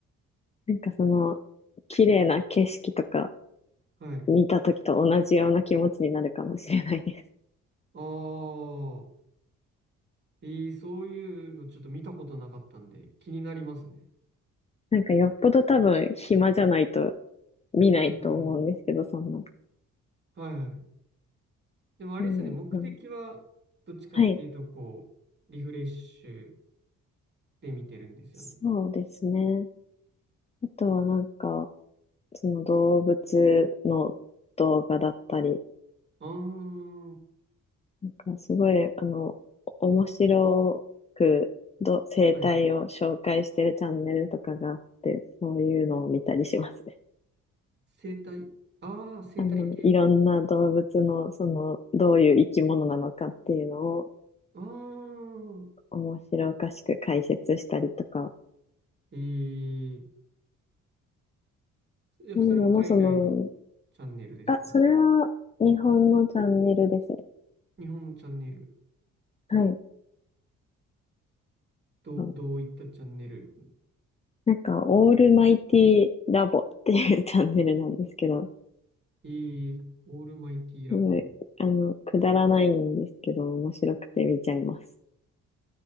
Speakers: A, on the left (about 20°); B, on the right (about 35°).
A: なんかその、綺麗な景色とか
B: はい。
A: 見た時と同じような気持ちになるかもしれないです。
B: ああ、えー、そういうのちょっと見たことなかったんで、気になりますね。
A: なんかよっぽど多分暇じゃないと見ないと思うんですけど、
B: うん。
A: そんな。
B: はいはい。でもあれですね、
A: でも、
B: 目的は、
A: うん、
B: どっちかっていうと、
A: はい。
B: こう、リフレッシュで見てるんですよね。
A: そうですね。あとはなんか、その動物の動画だったり、
B: ああ、
A: なんかすごい、あの、お面白くど生態を紹介してるチャンネルとかがあって、
B: はい。
A: そういうのを見たりしますね。
B: 生態。ああ、生態系
A: あの、いろんな動物の、その、どういう生き物なのかっていうのを
B: ああ、
A: 面白おかしく解説したりとか、
B: えええ、
A: そういうのもその
B: それも海外のチャンネルですか
A: あ、それは日本のチャンネルですね。
B: 日本のチャンネル。
A: はい。
B: ど、
A: はい
B: どういったチャンネル
A: なんか、オールマイティラボっていう <laughs> チャンネルなんですけど、
B: えーオールマイティラボ。
A: すごいあの、くだらないんですけど、面白くて見ちゃいます。